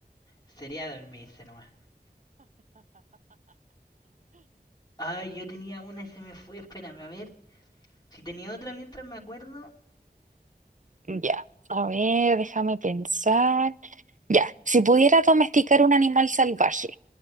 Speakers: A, on the left; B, on the right.
A: sería dormirse nomás. Ay, yo tenía una y se me fue. Espérame, a ver. Si tenía otra mientras me acuerdo,
B: Ya, a ver, déjame pensar. Ya, si pudieras domesticar un animal salvaje,